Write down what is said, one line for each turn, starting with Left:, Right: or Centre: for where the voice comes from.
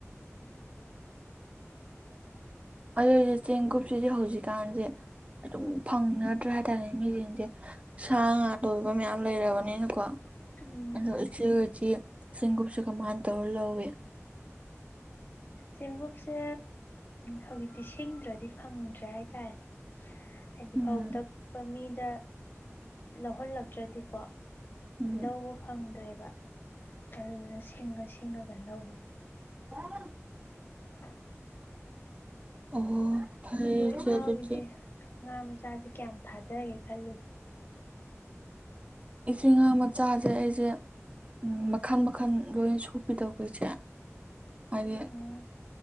Left: <inaudible> <inaudible>
Right: ꯑꯗꯨꯗꯤ ꯆꯦꯡꯀꯨꯞꯁꯤꯗꯤ ꯍꯧꯖꯤꯛꯀꯥꯟꯁꯦ ꯑꯗꯨꯝ ꯐꯪꯅꯗ꯭ꯔꯦ ꯍꯥꯏꯇꯥꯔꯦ ꯃꯤꯁꯤꯡꯁꯦ ꯁꯥ ꯉꯥ ꯂꯣꯏꯕ ꯃꯌꯥꯝ ꯂꯩꯔꯕꯅꯤꯅꯀꯣ
Left: ꯎꯝ
Right: ꯑꯗꯨ ꯏꯆꯦꯈꯣꯏꯁꯤ ꯆꯦꯡꯒꯨꯞꯁ ꯀꯃꯥꯏ ꯇꯧꯔꯤꯒꯦ ꯍꯧꯖꯤꯛ
Left: ꯆꯦꯡꯒꯨꯞꯁꯦ ꯍꯧꯖꯤꯛꯇꯤ ꯁꯤꯡꯗ꯭ꯔꯗꯤ ꯐꯪꯗ꯭ꯔꯦ ꯍꯥꯏꯇꯥꯔꯦ ꯍꯥꯏꯗꯤ
Right: ꯎꯝ
Left: ꯐꯧ ꯇꯛꯄ ꯃꯤꯗ ꯂꯧꯍꯜꯂꯛꯇ꯭ꯔꯗꯤꯀꯣ
Right: ꯎꯝ
Left: ꯂꯧꯕ ꯐꯪꯗ꯭ꯔꯦꯕ ꯑꯗꯨꯅ ꯁꯤꯡꯉ ꯁꯤꯡꯉꯒ ꯂꯧꯋꯦ
Right: <unintelligible>
Left: <inaudible>
Right: ꯑꯣ ꯐꯩ
Left: ꯑꯗꯨ
Right: ꯏꯆꯦ
Left: ꯏꯅꯥꯎꯒꯤꯗꯤ
Right: ꯑꯗꯨꯗꯤ
Left: ꯉꯥ ꯃꯆꯥꯁꯦ ꯀꯌꯥꯝ ꯊꯥꯗꯒꯦ ꯈꯜꯂꯤꯕ
Right: ꯏꯆꯦ ꯉꯥ ꯃꯆꯥꯁꯦ ꯑꯩꯁꯦ ꯎꯝ ꯃꯈꯜ ꯃꯈꯜ ꯂꯣꯏ ꯁꯨꯄꯤꯗꯣ <unintelligible> ꯏꯆꯦ ꯍꯥꯏꯗꯤ
Left: ꯎꯝ